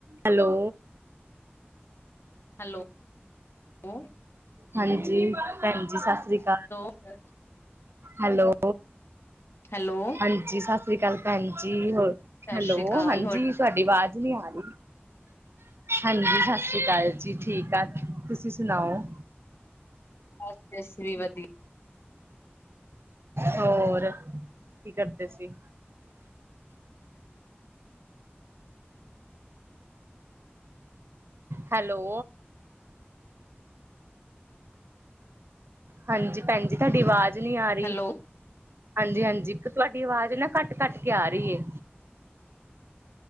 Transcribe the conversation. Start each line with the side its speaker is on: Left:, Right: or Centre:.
Right: Hello.
Left: Hello hello.
Right: ਹਾਂਜੀ ਭੈਣ ਜੀ ਸਤਿ ਸ੍ਰੀ ਅਕਾਲ
Left: ਅਹ।
Right: ਹੈਲੋ,
Left: ਹੈਲੋ
Right: ਹਾਂਜੀ ਸਾਸਰੀ ਅਕਾਲ ਭੈਣ ਜੀ, ਹੋਰ?
Left: ਸਤਿ
Right: ਹੈਲੋ
Left: ਸ੍ਰੀ ਅਕਾਲ
Right: ਹਾਂਜੀ,
Left: ਹੋਰ
Right: ਤੁਹਾਡੀ ਵਾਜ਼ ਨੀ ਆ ਰਹੀ। ਹਾਂਜੀ ਸਾ ਸਰੀ ਅਕਾਲ ਜੀ ਠੀਕ ਆ, ਤੁਸੀਂ ਸੁਣਾਓ?
Left: ਬਸ ਤੇ ਅਸੀਂ ਵੀ ਵਧੀਆ।
Right: ਹੋਰ, ਕੀ ਕਰਦੇ ਸੀ?
Left: <inaudible>
Right: ਹੈਲੋ। ਹਾਂਜੀ ਭੈਣ ਜੀ ਤੁਹਾਡੀ ਆਵਾਜ਼ ਨਈਂ ਆ ਰਹੀ
Left: ਹੈਲੋ
Right: ਹਾਂਜੀ ਹਾਂਜੀ, ਤੁਹਾਡੀ ਆਵਾਜ਼ ਨਾ ਘੱਟ ਘੱਟ ਕੇ ਆ ਰਹੀ ਐ।